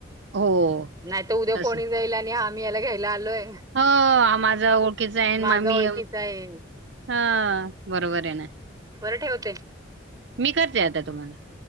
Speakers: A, on the right (about 65°); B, on the right (about 20°).
A: हो,
B: नाहीत उद्या
A: तसं.
B: कोणी जाईला आणि आम्ही याला घ्यायला आलोय
A: हो माझा ओळखीचा आहे
B: माझा
A: मामी
B: ओळखीचा आहे.
A: हा बरोबर आहे ना?
B: बरं ठेवते.
A: मी करते आता तुम्हाला